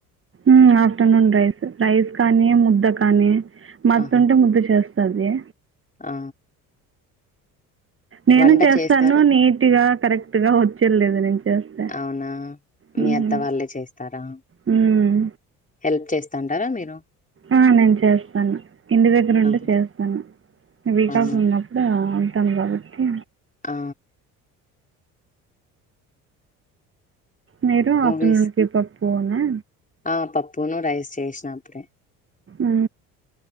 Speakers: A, on the right; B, on the left.
A: ఉ ఆఫ్టర్నూన్ రైస్ రైస్ కానీ ముద్ద కానీ మత్త్
B: ఆహా!
A: ఉంటే ముద్ద చేస్ తదె
B: ఆ
A: నేను
B: వంట
A: చేస్తాను
B: చేస్తారా?
A: నీటిగా కరెక్ట్ గా వచ్చేల్లెదు నేను చేస్తే
B: అవునా? మీ
A: హుహు.
B: అత్త వాళ్ళే చేస్తారా
A: హ్మ్.
B: హెల్ప్ చేస్తాంటారా మీరు
A: ఆ నేను చేస్తాను ఇంటి దగ్గర ఉంటే
B: ఆహా!
A: చేస్తాను వీకాఫ్
B: అవునా?
A: ఉన్నప్పుడు ఆ ఉంటాము కాబట్టి
B: ఆ
A: మీరు
B: మూవీస్
A: ఆఫ్టర్నూన్ కీపప్ పోను
B: ఆ పప్పును రైస్ చేసిన అప్పుడే
A: ఉ